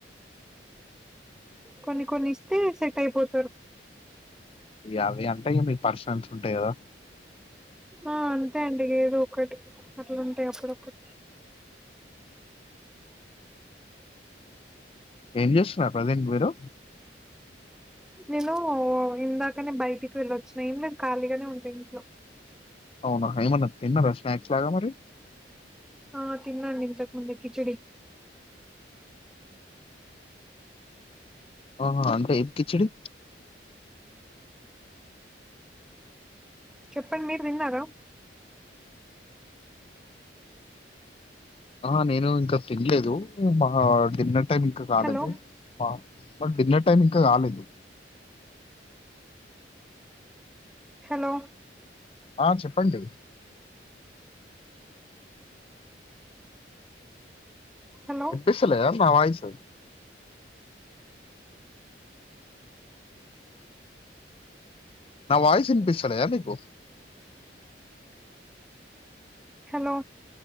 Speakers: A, in the centre; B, on the left.
A: కొన్ని కొన్ని ఇస్తే సెట్ అయిపోతారు
B: యాభై అంటే ఇగ మీకు పర్సనల్స్ ఉంటాయి గదా
A: ఆ అంతే అండి ఏదో ఒకటి అట్లా ఉంటయి అప్పుడప్పుడు
B: ఏం చేస్ ఆ ప్రెజెంట్ మీరు
A: నేను ఇందాకనే బయటికి వెళ్ళొచ్చిన ఏం లేదు ఖాళీగానే ఉంటా ఇంట్లో.
B: అవునా ఏమన్నా తిన్నారా స్నాక్స్ లాగా మరి
A: ఆ తిన్నాండి ఇంతకుముందే కిచిడి.
B: ఆహా అంటే ఈ కిచిడి
A: చెప్పండి మీరు తిన్నారా
B: ఆ నేను ఇంకా తినలేదు మా డిన్నర్ టైం ఇంకా కాలేదు
A: హలో
B: బ బట్ డిన్నర్ టైమ్ ఇంకా కాలేదు
A: హలో
B: ఆ చెప్పండి
A: హలో
B: వినిపిస్తే లేదా నా వాయిస్ సా నా వాయిస్ వినిపిస్తలేదా మీకు
A: హలో